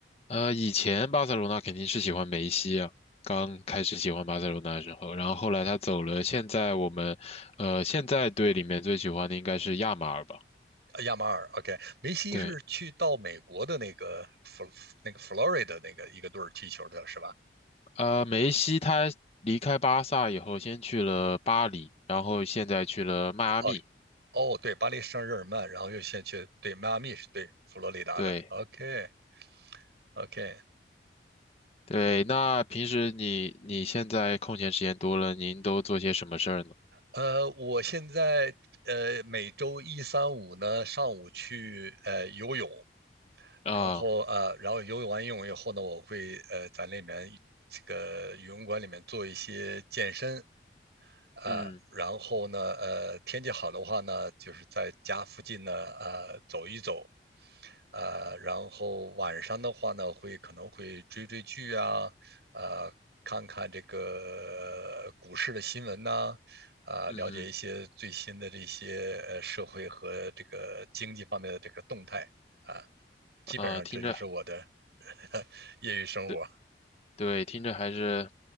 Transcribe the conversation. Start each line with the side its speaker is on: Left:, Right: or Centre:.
Left: 呃，以前巴塞罗那肯定是喜欢梅西啊，刚开始喜欢巴塞罗那的时候，然后后来他走了，现在我们，呃，现在队里面最喜欢的应该是亚马尔吧？
Right: 呃亚马尔，OK，梅西是去到美国的那个佛那个
Left: 对，
Right: Florida 那个一个队儿踢球的是吧？
Left: 呃，梅西他离开巴萨以后，先去了巴黎，然后现在去了迈阿密。
Right: 哦哦，对，巴黎圣日耳曼，然后又先去对迈阿密是对佛罗里达的，OK
Left: 对
Right: OK，
Left: 对，那平时你你现在空闲时间多了，您都做些什么事儿呢？
Right: 呃，我现在呃每周一、三、五呢上午去呃游泳，
Left: 啊，
Right: 然后呃，然后游泳完游泳以后呢，我会呃在里面这个游泳馆里面做一些健身，呃，
Left: 嗯
Right: 然后呢，呃，天气好的话呢，就是在家附近呢，呃，走一走，呃，然后晚上的话呢，会可能会追追剧啊，呃，看看这个股市的新闻呐、啊，
Left: 嗯
Right: 了解一些最新的这些呃社会和这个经济方面的这个动态啊，基本上这就是我的
Left: 哼，啊，听着。
Right: 业余生活，
Left: 对。对，听着还是